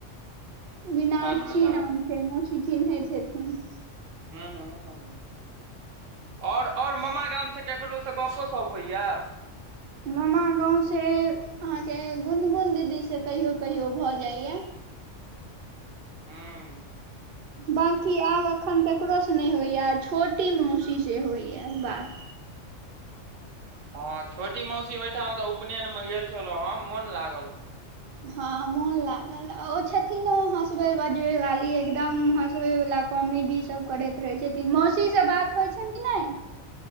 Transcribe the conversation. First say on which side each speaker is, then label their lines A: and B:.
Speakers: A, on the right; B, on the right.
A: विनाकक्षी
B: अच्छा
A: नाम छै मौशि चीनहैत हेथिन
B: हू हू ओर आओर मामा गामसँ ककरोसँ गपो सप होइए
A: मामा गाँव से अहाँके गुनगुन दीदी से कहियो कहियो भऽ जाइया
B: हूँ
A: बाँकी आब एखन ककरोसँ नहि होइए आ छोटी मौसी सेहोइए बात
B: हँ छोटी मौसी ओहिठाम तऽ उपनयनमे गेल छलहुँ हँ मोन लागल
A: हँ मोन लागल ओ छथिन ओ हँसबै बजबे वाली एकदम हसबै वला कॉमेडी सब करैत रहै छथिन मौसी से बात होइ छैयन कि नैय